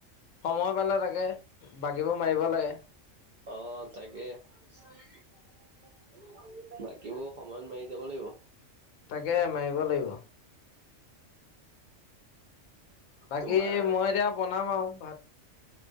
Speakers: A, on the left; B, on the right.
A: সময় পালে তাকে বাকীবোৰ মাৰিব লাগে।
B: অ তাকে বাকীবোৰ সময়ত মাৰি যাব লাগিব।
A: তাকে মাৰিব লাগিব। বাকী
B: তোমাৰ
A: মই এতিয়া বনাম আৰু ভাত।